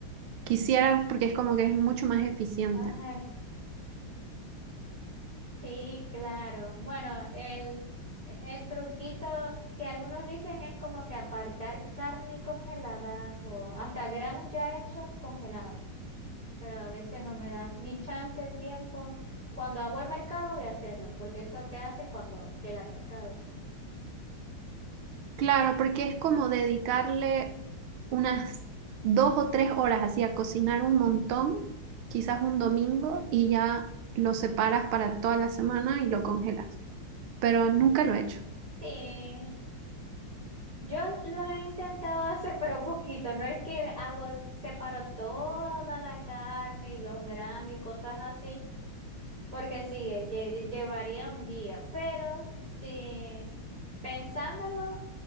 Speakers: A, on the right; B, on the right.
A: Quisiera porque es como que es mucho más eficiente.
B: ay. Sí, claro. Bueno, el, el truquito que algunos dicen es como que apartar carne congelada o hasta granos ya hechos congelados, pero a veces no me da ni chance, tiempo, cuando hago el mercado de hacerlo, porque eso se hace cuando llega al mercado.
A: Claro, porque es como dedicarle unas dos o tres horas así a cocinar un montón, quizás un domingo, y ya lo separas para toda la semana y lo congelas. Pero nunca lo he hecho.
B: Sí, yo lo he intentado hacer, pero poquito, no es que hago, separo toda la carne y los granos y cosas así. Porque sí, eh, lle- llevaría un día, pero si pensándolo,